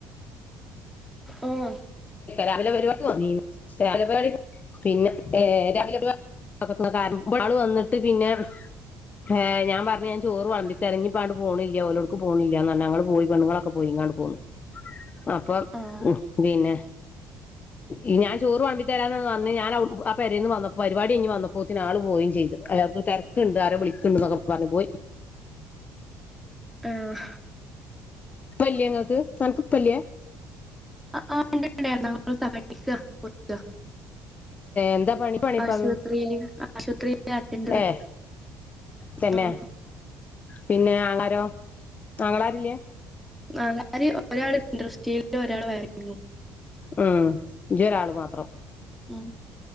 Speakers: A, in the centre; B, on the left (about 35°).
A: ആഹ്
B: രാവിലെ പരിപാടി പോന്നിനീ രാവിലെ പരിപാടി പോ പിന്നെ ഏർ രാവിലെ പരിപാടി <unintelligible> കാരണം ആള് വന്നിട്ട് പിന്നെ ഏ ഞാൻ പറഞ്ഞു ഞാൻ ചോറ് വിളമ്പിത്തരാ ഇഞ്ഞിപ്പ അങട്ട് പോണില്ല ഓരോർക്ക് പോണില്ല ന്നാ ഞങ്ങള് പോയി പെണ്ണങ്ങളൊക്കെ പോയി ഇങ്ങോട്ട് പോന്നു അപ്പൊ
A: ആഹ്
B: ഉം പിന്നെ ഈ ഞാൻ ചോറ് വിളമ്പി തരാന്ന് പറഞ്ഞ് വന്ന് ഞാൻ ആ പേരേന്ന് വന്നപ്പോ പരിപാടി കഴിഞ്ഞ് വന്നപ്പോത്തിന് ആൾ പോവുകയും ചെയ്ത് അല്ല തിരക്കുണ്ട് ആരോ വിളിക്കണ്ട് എന്നോക്കെ പറഞ്ഞു പോയി
A: ആഹ
B: പല്ലിയങ്ങക്ക് <unintelligible> പല്യ
A: ആഹ ഉണ്ടണ്ടായിരുന്നു <unintelligible> തിക്ക കൊടുക്ക
B: എന്താ പണി പണിപ്പത്
A: ആശുപത്രിയില് ആശുപത്രിയില അറ്റൻഡർ
B: ഏ തന്നെ
A: ആഹ്
B: പിന്നെ ആങ്ങളരോ ആങ്ങളാരില
A: ആങ്ങളാര് ഒരാള് ഇൻഡസ്ട്രിയിലും ഒരാള് വയറിങ്ങും
B: ഉം ജി ഒരാള് മാത്രം
A: ഉം